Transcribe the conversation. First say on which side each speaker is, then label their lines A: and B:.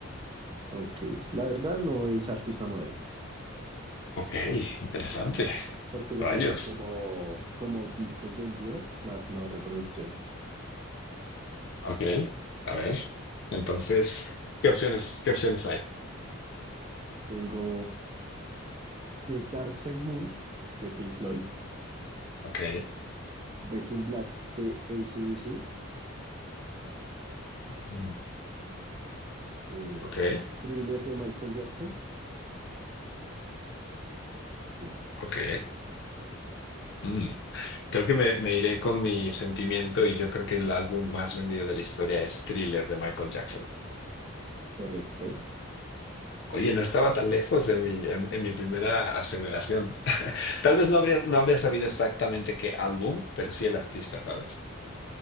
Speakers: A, on the right (about 25°); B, on the left (about 55°).
A: Ok, la verdad no es artista moderno,
B: Ok, interesante.
A: porque lo
B: Rayos.
A: toman como, como discos vendidos, más no reproducciones.
B: Ok, a ver. Entonces, ¿qué opciones, qué opciones hay?
A: Tengo The Dark Side Moon de Pink Floyd,
B: Ok,
A: Back in Black de AC/DC,
B: mm,
A: eh,
B: ok,
A: Thriller de Michael Jackson, y ya,
B: ok. Mm. Creo que me, me iré con mi sentimiento y yo creo que el álbum más vendido de la historia es Thriller de Michael Jackson.
A: correcto.
B: Oye, no estaba tan lejos en mi, en, en mi primera aceleración. <laughs> Tal vez no habría, no habría sabido exactamente qué álbum, pero sí el artista, ¿sabes?